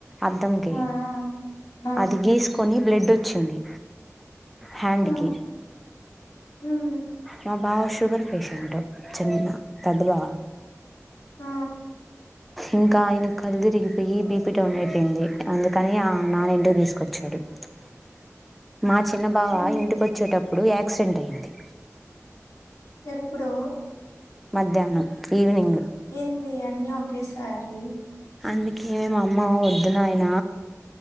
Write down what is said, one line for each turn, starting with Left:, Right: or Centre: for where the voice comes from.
Centre: అద్దం కి
Left: ఆ! ఆ!
Centre: అది గీసుకొని బ్లడ్ వచ్చింది హ్యాండ్
Left: ఆ!
Centre: కి
Left: హ్మ్.
Centre: మా బావ షుగర్ పేషెంట్ చిన్న దెబ్బలా
Left: ఆ
Centre: ఇంకా ఆయన కి కళ్ళ తిరిగిపోయి బీపీ డౌన్ అయిపోయింది అందుకని నాన ఆ ఇంటికి తీసుకొచ్చారు అ మా చిన్న బావ
Left: అయ్యో!
Centre: ఇంటికి వచ్చేటప్పుడు యాక్సిడెంట్ అయ్యింది
Left: ఎప్పుడూ
Centre: మధ్యాహ్నం ఈవినింగ్
Left: ఏంది అన్నీ ఒకేసారి
Centre: అందుకే మా అమ్మ వద్దున ఆయన